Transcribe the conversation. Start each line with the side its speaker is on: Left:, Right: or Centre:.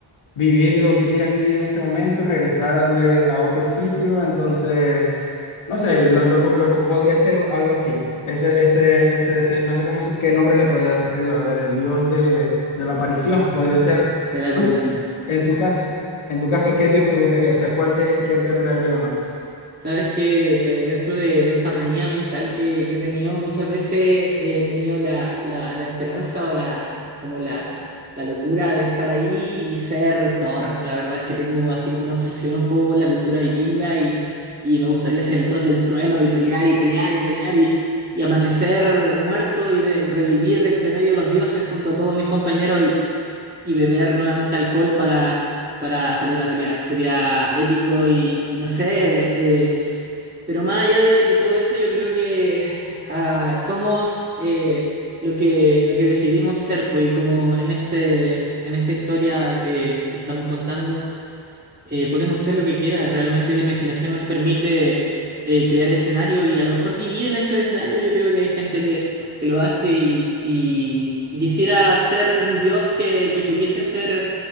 Left: vivir lo que quieras vivir en ese momento, regresar a donde, a otro sitio. Entonces, no sé, lo, lo co- lo co- podría ser algo así. Ese, ese, ese, ese- no sé cómo, se- qué nombre le podría dar a este dios. A ver, el dios de, de la aparición <laughs> podría ser.
Right: de la aparición?
Left: Tú, en tu caso, en tu caso, ¿qué dios te gustaría? O sea, ¿cuál te, qué te atraería más?
Right: Sabes que eh, dentro de, de esta manía mental que, que he tenido, muchas veces he tenido la, la- la esperanza o la, como la, la locura de estar ahí y ser Thor. La verdad es que tengo así como una obsesión un poco con la cultura vikinga y, y me gustaría ser el dios del trueno y pelear y pelear y pelear y, y amanecer muerto y, de- y revivir entre medio de los dioses junto a todos mis compañeros y, y beber nuevamente alcohol para, para salir a pelear. Sería épico y, y no sé. eh, pero más allá de, de todo eso, yo creo que ah, somos eh, lo que, lo que decidimos ser, pues, y como en este, en esta historia eh, que estamos contando, eh, podemos ser lo que quiera. Realmente la imaginación nos permite eh, crear escenarios y a lo mejor vivir en esos escenarios. Yo creo que hay gente que, que lo hace y, y- y quisiera ser un dios que, que pudiese ser